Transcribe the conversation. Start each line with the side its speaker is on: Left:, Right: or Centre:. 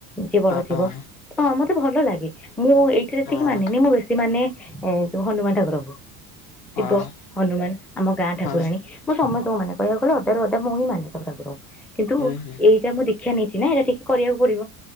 Centre: ଯିଏ ବଡ
Left: ହଁ
Centre: ଥିବ ହଁ ମତେ ଭଲ ଲାଗେ ମୁଁ ଏ ଥିରେ ଏତିକି
Left: ହଁ
Centre: ମାନେନି ମୁଁ ବେଶୀ ମାନେ ଏ ଯୋଉ ହନୁମାନ ଠାକୁରଙ୍କୁ।
Left: ହଁ
Centre: ଶିବ ହନୁମାନ ଆମ ଗାଁ ଠାକୁରାଣୀ।
Left: ହଁ
Centre: ମୁଁ ସମସ୍ତଙ୍କୁ ମାନେ କହିବାକୁ ଗଲେ ଅଧା ରୁ ଅଧା ମୁଁ ହିଁ ମାନେ ସବୁ ଠାକୁରଙ୍କୁ କିନ୍ତୁ
Left: ହୁଁ ହୁଁ
Centre: ଏଇଟା ମୁଁ ଦୀକ୍ଷ କ୍ଷା ନେଇଛି ନା ଏଇଟା ଟିକେ କରିବାକୁ ପଡିବ।